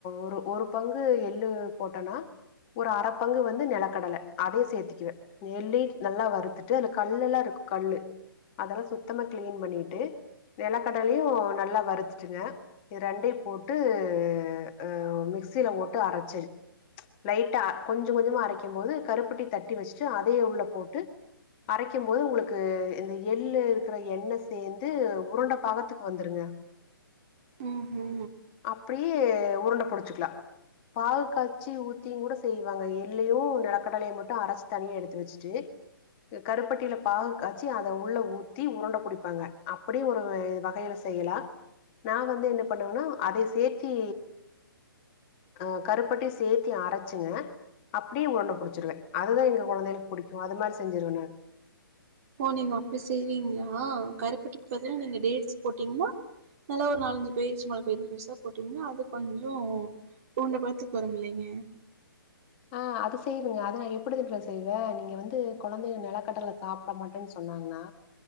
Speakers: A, on the left (about 30°); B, on the right (about 40°).
A: ஒரு ஒரு பங்கு எள்ளு போட்டன்னா ஒரு அறப்பங்கு வந்து நெலக்கடல அதே சேத்திக்குவே எள்ளீட் நல்லா வறுத்துட்டு அது கல்லெல்லா இருக் கல்லு அதலா சுத்தமா க்கிளீன் பண்ணிட்டு நெலக்கடலியு நல்லா வறுத்துட்டுங்க இரெண்டியு போட்டு அ மிக்சில ஒட்ட அரச்சு லைட்டா கொஞ்சொ கொஞ்சொமா அரைக்கும்போது கருப்பட்டி தட்டி வெச்சுட்டு அதயே உள்ளபோட்டு அரைக்கும்போது உங்ளுக்கு இந்த எள்ளு இருக்குற எண்ண சேந்து உருண்ட பாகத்துக் வந்துருங்க
B: ஓஹோ
A: அப்புடி உருண்டபுடிச்சுக்லா பாகு காச்சி ஊத்தியுங்கூட செய்வாங்க எல்லையு நெலக்கடலையு மட்டு அரைச்சு தனியஎடுத்து வச்ட்டு கருப்பட்டில பாகு காச்சி அத உள்ள ஊத்தி உருண்டபுடிப்பாங்க அப்புடி ஒரு வகைல செய்யலா நா வந்து என்ன பண்ணுவன்னா அதை சேத்தி அ கருப்பட்டி சேத்தி அரைச்சுங்க அப்டி உருண்ட புடிச்சிருவ அதுத எங்க கொழந்தைளுக்கு புடிக்கு அது மார் செஞ்சிருவ நா
B: ஓ நீங்க அப்டி செய்வீங்ளா கருப்பட்டிக் பதில் நீங்க டேட்ஸ் போட்டிங்னா நல்லா ஒரு நாலஞ்சு பேரிச்சம்பழ பெரு பெருசா போட்டீங்ன்னா அது கொஞ்சொ ஊண்ட பதத்துக் வருமில்லைங்க
A: அ அதுசெய்வங்க அத நா எப்டுதுன்ர செய்வ நீங்க வந்து கொழந்தைக நெலக்கடல சாப்டமாட் டன் சொன்னாங்னா